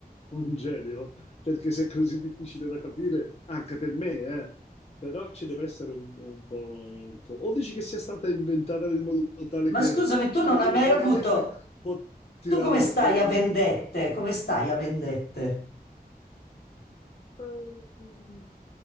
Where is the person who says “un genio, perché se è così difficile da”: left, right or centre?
Left